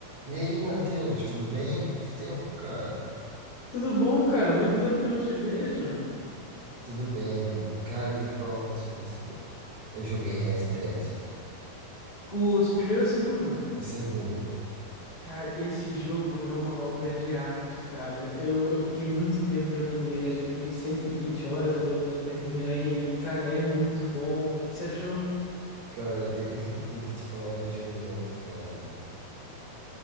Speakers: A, on the right; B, on the left.
A: E aí, Matheus, tudo bem? Quanto tempo, cara?
B: Tudo bom, cara? Muito tempo que eu não te vejo.
A: Tudo bem, mano. Cara, eu tenho que falar uma coisa com você. Eu joguei Red Dead,
B: Os primeiro ou segundo?
A: o segundo.
B: Cara, esse jogo é uma obra de arte, cara. Eu, eu fiquei muito tempo jogando ele. Acho que eu peguei 120 horas até, eu- até terminar ele. Cara, é muito bom. O que que você achou
A: Cara, eu tenho, <laughs> tenho que te falar duas coisas logo de cara.